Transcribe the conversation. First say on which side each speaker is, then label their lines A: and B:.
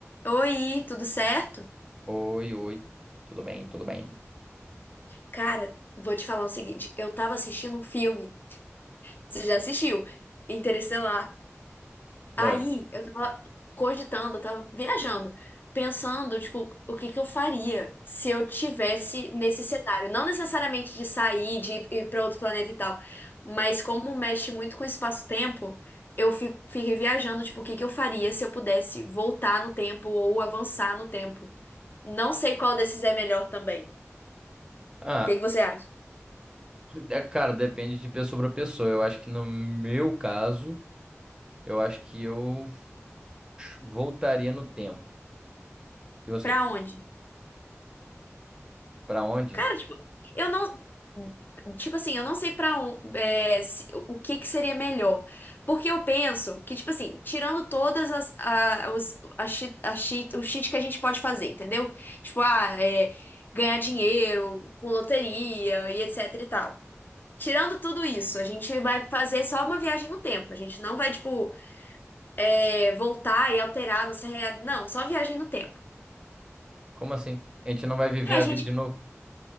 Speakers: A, on the left; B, on the right.
A: Oi, tudo certo?
B: Oi, oi. Tudo bem, tudo bem.
A: Cara, vou te falar o seguinte, eu tava assistindo um filme, você já assistiu, Interestelar.
B: Lógico.
A: Aí, eu tava cogitando, eu tava viajando, pensando, tipo, o que que eu faria se eu tivesse nesse cenário, não necessariamente de sair, de ir ir pra outro planeta e tal, mas como mexe muito com o espaço-tempo, eu fi- fiquei viajando, tipo, o que que eu faria se eu pudesse voltar no tempo ou avançar no tempo. Não sei qual desses é melhor também. O
B: Ah,
A: que que você acha?
B: é, cara, depende de pessoa para pessoa. Eu acho que no meu caso, eu acho que eu voltaria no tempo. E você?
A: Pra onde?
B: Pra onde?
A: Cara, tipo, eu não. Tipo assim, eu não sei pra onde, é, o que que seria melhor. Porque eu penso que, tipo assim, tirando todas as, a, os, a cheat, a cheat- o cheat que a gente pode fazer, entendeu? Tipo, ah, é, ganhar dinheiro com loteria e etc e tal. Tirando tudo isso, a gente vai fazer só uma viagem no tempo. A gente não vai, tipo, é, voltar e alterar a nossa realidade. Não, só viagem no tempo.
B: Como assim? A gente não vai viver
A: É,
B: a
A: a gente.
B: vida de novo?